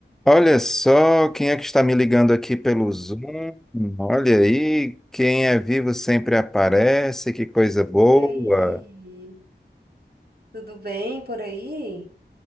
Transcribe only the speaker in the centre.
Olha só quem é que está me ligando aqui pelo Zoom. Olha aí, quem é vivo sempre aparece, que coisa boa.